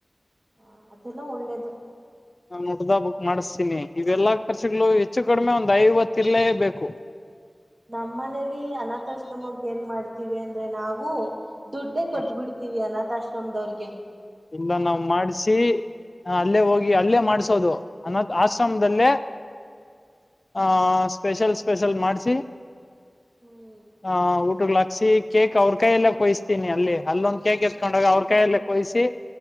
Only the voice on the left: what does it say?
ನಾ ಹುಟ್ಟದ್ಹಬ್ಬಕ್ಕ್ ಮಾಡಿಸ್ತೀನಿ ಇವೆಲ್ಲಾ ಖರ್ಚ್ಗಳು ಹೆಚ್ಚು ಕಡಿಮೆ ಒಂದ್ ಐವತ್ತು ಇರ್ಲೇ ಬೇಕು
ಹ
ಇಲ್ಲ ನಾವ್ ಮಾಡ್ಸಿ ಅಲ್ಲೇ ಹೋಗಿ ಅಲ್ಲೇ ಮಾಡ್ಸೋದು ಅ ಆಶ್ರಮದಲ್ಲೇ ಆಹ ಸ್ಪೆಷಲ್ ಸ್ಪೆಷಲ್ ಮಾಡ್ಸಿ
ಹಾ ಊಟಕ್ಕೆಲಾ ಸಿ ಕೇಕ್ ಅವ್ರ ಕೈಯಲ್ಲೇ ಕೊಯಿಸ್ತೀನಿ ಅಲ್ಲಿ ಅಲ್ಲೊಂದ್ ಕೇಕ್ ಎತ್ಕೊಂಡಾಗ ಅವ್ರ ಕೈಯಲ್ಲ ಕೊಯ್ಸಿ